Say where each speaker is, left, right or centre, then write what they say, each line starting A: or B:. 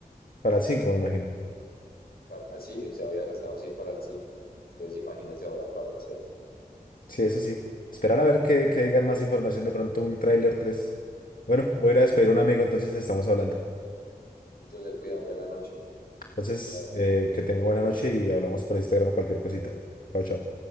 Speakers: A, on the left; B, on the left.
A: Para el 5 me imagino.
B: para, así se había gastado 100 para el cinco Entonces imagínese ahora para el seis
A: Sí, eso sí. Esperar a ver que, que digan más información, de pronto un tráiler 3. Bueno, voy a ir a despedir a un amigo, entonces estamos hablando.
B: Listo, se cuida, buena noche.
A: Entonces,
B: Chao.
A: eh, que tenga buena noche y hablamos por Instagram cualquier cosita. Chao, chao.